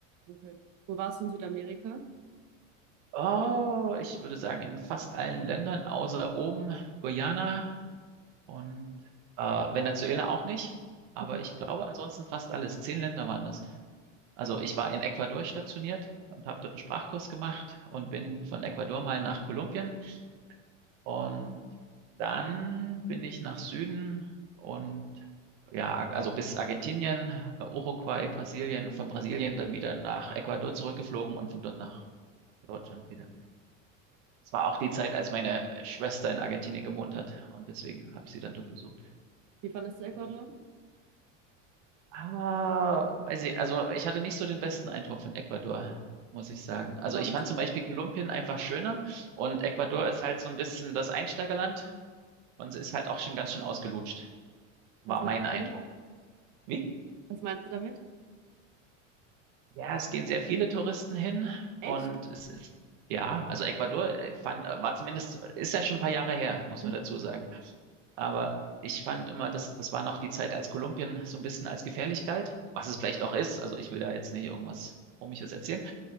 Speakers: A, on the right; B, on the right.
A: Okay. Wo warst du in Südamerika?
B: Oh, ich würde sagen, in fast allen Ländern, außer oben, Guyana und äh, Venezuela auch nicht. Aber
A: Mhm.
B: ich glaube, ansonsten fast alles. Zehn Länder waren das. Also ich war in Ecuador stationiert und habe dort einen Sprachkurs gemacht und bin von Ecuador mal nach Kolumbien und dann bin ich nach Süden und ja, Ar- also bis Argentinien, äh, Uruguay, Brasilien, von Brasilien dann wieder nach Ecuador zurückgeflogen und von dort nach Deutschland wieder. Es war auch die Zeit, als meine Schwester in Argentinien gewohnt hat und deswegen habe ich sie dann dort besucht.
A: Wie fandest du Ecuador?
B: Das Ah, weiß ich, also ich hatte nicht so den besten Eindruck von Ecuador, muss ich sagen. Also
A: Sonst?
B: ich fand zum Beispiel Kolumbien einfach schöner und Ecuador ist halt so ein bisschen das Einsteigerland und es ist halt auch schon ganz schön ausgelutscht, war
A: Was meinst
B: mein Eindruck.
A: du, damit?
B: Wie?
A: was meinst du damit?
B: Ja, es gehen sehr viele Touristen hin
A: Echt?
B: und es ist, ja, also Ecuador äh, fand, äh, war zumindest, ist ja schon ein paar Jahre her, muss
A: Mhm.
B: man dazu sagen. Aber ich fand immer, das, das war noch die Zeit, als Kolumbien so ein bisschen als gefährlich galt, was es vielleicht auch ist. Also ich will da jetzt nicht irgendwas Komisches erzählen.